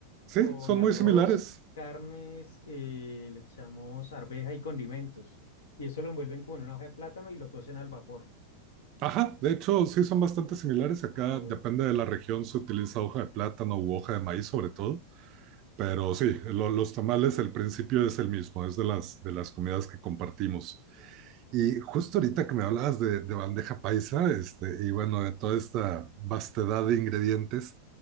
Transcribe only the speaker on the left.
con
arroz,
carnes, eh, le echamos arveja y condimentos. Y eso lo envuelven como en una hoja de plátano y lo cocen al vapor.
Ah, bueno.